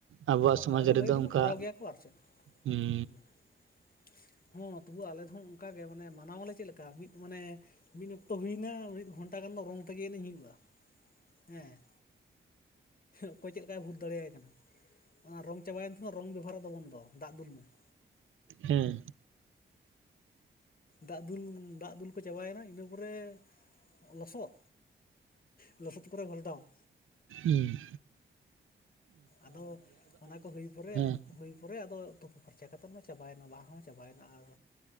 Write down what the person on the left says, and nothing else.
ᱵᱟᱝ
ᱠᱚᱨᱟᱣ ᱜᱮ
ᱵᱷᱟᱹᱜᱮ ᱠᱤᱱᱛᱩ
ᱠᱚᱨᱟᱣ ᱜᱮᱭᱟ ᱠᱚ ᱟᱨ ᱪᱮᱫ ᱾ <inaudible>
ᱦᱚᱸ ᱛᱚᱵᱩ ᱟᱞᱮ ᱫᱚ ᱚᱱᱠᱟᱜᱮ ᱢᱟᱱᱮ ᱢᱟᱱᱟᱣᱟᱞᱮ ᱪᱮᱫ ᱞᱮᱠᱟ ᱢᱤᱫ ᱢᱟᱱᱮ ᱢᱤᱫ ᱚᱠᱛᱚ ᱦᱩᱭᱱᱟ ᱢᱤᱫ ᱜᱷᱚᱱᱴᱟ ᱜᱟᱱ ᱫᱚ ᱨᱚᱝ ᱛᱮᱜᱮ ᱮᱱᱮᱡ ᱦᱩᱭᱩᱜᱼᱟ ᱾ ᱦᱮᱸ, ᱚᱠᱚᱭ ᱪᱮᱫ ᱞᱮᱠᱟᱭ ᱵᱷᱩᱛ ᱫᱟᱲᱮᱭᱟᱭ ᱠᱟᱱᱟ ᱚᱱᱟ ᱨᱚᱝ ᱪᱟᱵᱟᱭᱮᱱ ᱠᱷᱟᱱ ᱫᱚ ᱨᱚᱝ ᱵᱮᱵᱚᱦᱟᱨ ᱫᱚ ᱵᱚᱱᱫᱚ ᱫᱟᱜ ᱫᱩᱞ ᱢᱮ ᱾
ᱫᱟᱜ ᱫᱩᱞ ᱫᱟᱜ ᱫᱩᱞ ᱠᱚ ᱪᱟᱵᱟᱭᱮᱱᱟ ᱤᱱᱟᱹ ᱯᱚᱨᱮ ᱞᱚᱥᱚᱫ, ᱞᱚᱥᱚᱫ ᱠᱚᱨᱮ ᱜᱷᱞᱴᱟᱣ ᱾
ᱟᱫᱚ ᱚᱱᱟ ᱠᱚ ᱦᱩᱭ ᱯᱚᱨᱮ
ᱦᱩᱭ ᱯᱚᱨᱮ ᱟᱫᱚ ᱛᱩᱯᱩ ᱯᱷᱟᱨᱪᱟ ᱠᱟᱛᱮᱫ ᱫᱚ ᱪᱟᱵᱟᱭᱮᱱᱟ ᱵᱟᱦᱟ ᱦᱚᱸ ᱪᱟᱵᱟᱭᱮᱱᱟ ᱟᱨ